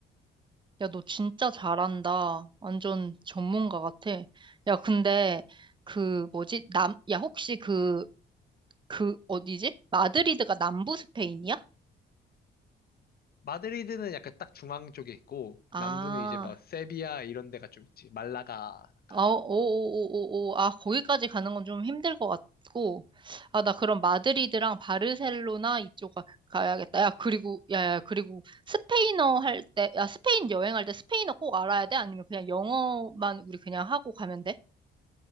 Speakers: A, on the right; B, on the left.
A: 야, 너 진짜 잘한다. 완전 전문가 같아. 야, 근데, 그, 뭐지? 남, 야, 혹시 그, 그, 어디지? 마드리드가 남부 스페인이야?
B: 마드리드는 약간 딱 중앙 쪽에 있고,
A: 아.
B: 남부는 이제 뭐 세비야 이런 데가 좀 있지. 말라가 약간.
A: 아, 오오오오오. 아, 거기까지 가는 건 좀 힘들 것 같고. 아, 나 그럼 마드리드랑 바르셀로나 이쪽 가, 가야겠다. 야, 그리고, 야, 야, 그리고 스페인어 할 때, 야, 스페인 여행할 때 스페인어 꼭 알아야 돼? 아니면 그냥 영어만 우리 그냥 하고 가면 돼?